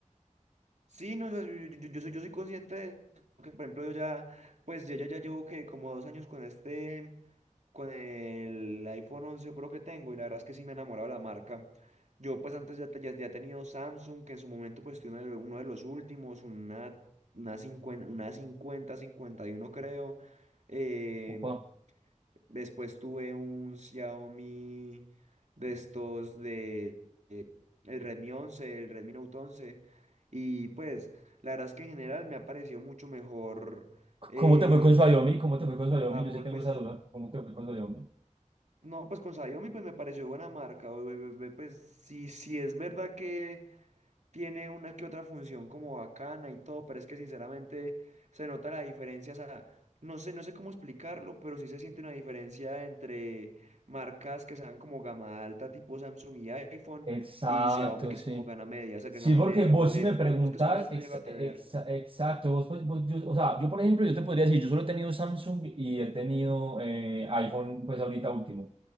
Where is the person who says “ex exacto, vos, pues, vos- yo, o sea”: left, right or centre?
Right